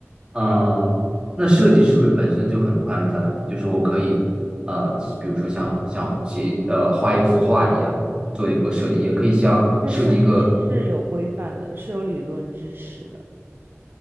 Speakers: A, on the right (about 20°); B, on the right (about 50°).
A: 嗯，那设计是不是本身就很宽泛？就是我可以呃，比如说像像写呃画一幅画一样做一个设计，也可以像设计一个
B: 这设计是有规范的，是有理论支持的。